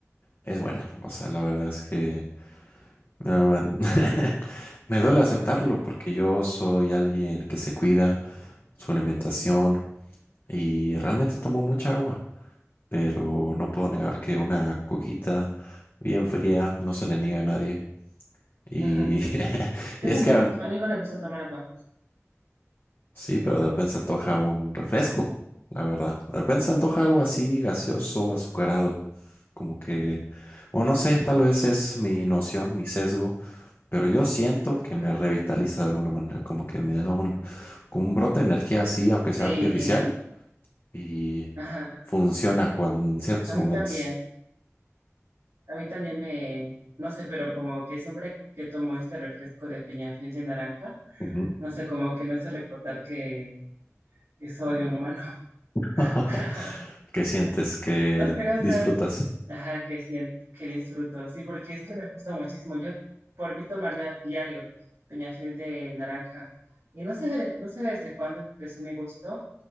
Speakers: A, on the left; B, on the right.
A: es buena. O sea, la verdad es que no, man, <laughs> me duele aceptarlo porque yo soy alguien que se cuida su alimentación y realmente tomo mucha agua. Pero no puedo negar que una coquita bien fría no se le niega a nadie. Y
B: Ujú.
A: <laughs>
B: Yo
A: es
B: también.
A: que
B: A mí igual me gusta tomar agua.
A: Sí, pero de repente se antoja
B: ¿no?
A: un refresco, la verdad. De repente se antoja algo así gaseoso, azucarado, como que, o no sé, tal vez es mi noción, mi sesgo, pero yo siento que
B: Ajá.
A: me revitaliza de alguna manera, como que me da un, como un brote de energía así, aunque sea
B: Sí.
A: artificial, y
B: Ajá.
A: funciona cuando, en ciertos
B: A mí
A: momentos.
B: también. A mí también me, no sé, pero como que siempre que tomo este refresco de Peñafiel de naranja,
A: Ujú.
B: No sé, como que me hace recordar que, que soy un humano.
A: <laughs>
B: <laughs>
A: ¿Qué sientes? ¿Qué
B: No sé, o
A: disfrutas?
B: sea, ajá, que siento, que disfruto. Sí, porque es que me gusta muchísimo. Yo por mí tomaría diario Peñafiel de naranja. Y no sé, de- no sé desde cuándo empezó mi gusto,